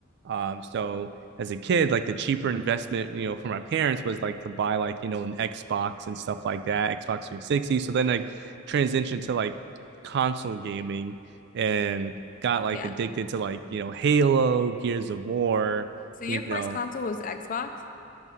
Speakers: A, on the right; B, on the left.
A: Um, so as a kid, like the cheaper investment, you know, for my parents was like to buy like you know an Xbox and stuff like that, Xbox 360. So then I transitioned to like console gaming and got like
B: yeah.
A: addicted to like you know Halo, Gears of War,
B: So your
A: you
B: first
A: know,
B: console was Xbox?